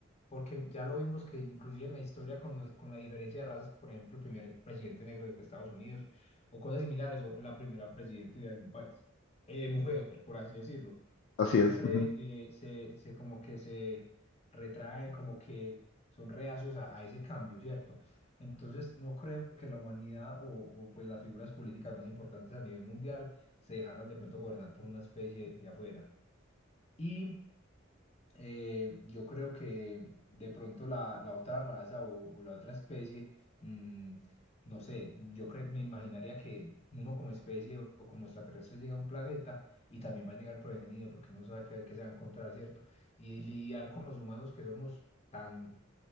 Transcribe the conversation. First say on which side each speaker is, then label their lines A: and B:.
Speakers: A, on the left (about 30°); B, on the left (about 60°).
A: porque ya lo vimos que inclusive en la historia con, los- con la diferencia de razas, por ejemplo, el primer presidente negro de Estados Unidos o cosas similares, o la primera presidente de algún país, eh, mujer, por así decirlo,
B: así
A: siempre
B: es. Ujú.
A: eh, se, se como que se retraen, como que son reacios a, a ese cambio, ¿cierto? Entonces, no creo que la humanidad o, o pues las figuras políticas más importantes a nivel mundial se dejaran de pronto gobernar por una especie de afuera. Y eh, yo creo que de pronto la, la otra raza o, o la otra especie, mm, no sé, yo cre- me imaginaría que uno como especie o o como extraterrestre llega a un planeta y también va a llegar prevenido porque no sabe qué, qué se va a encontrar, ¿cierto? Y lidiar con los humanos que somos tan